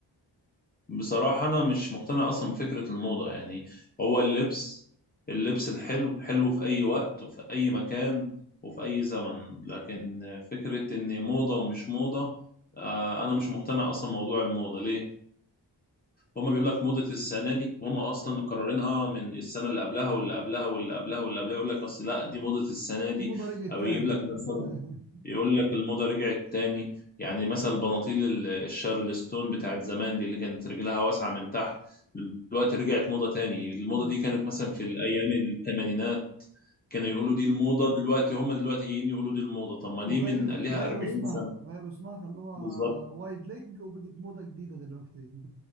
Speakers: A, on the left (about 20°); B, on the right (about 30°).
A: بصراحة أنا مش مقتنع أصلا بفكرة الموضة يعني هو اللبس اللبس الحلو حلو في أي وقت وفي أي مكان وفي أي زمن لكن فكرة إن موضة ومش موضة آه، أنا مش مقتنع أصلا موضوع الموضة ليه؟ هما بيقول لك موضة السنة دي وهما أصلا مكررينها من السنة اللي قبلها واللي قبلها واللي قبلها واللي قبلها يقول لك أصل لا دي موضة السنة دي
B: الموضه رجعت تاني
A: أو يجيب لك مثلا
B: <laughs>
A: يقول لك الموضة رجعت تاني يعني مثلا البناطيل ال- الشارلستون بتاعت زمان دي اللي كانت رجلها واسعة من تحت دلوقتي رجعت موضة تاني الموضة
B: اه
A: دي كانت مثلا في الأيام الثمانينات كانوا يقولوا دي الموضة دلوقتي هم دلوقتي جايين يقولوا دي الموضة طب ما دي
B: وغيروا
A: من ليها 40
B: اسمها
A: سنة
B: غيروا اسمها خلوها
A: بالظبط
B: وايد ليج وبقت موضه جديده دلوقتي <laughs>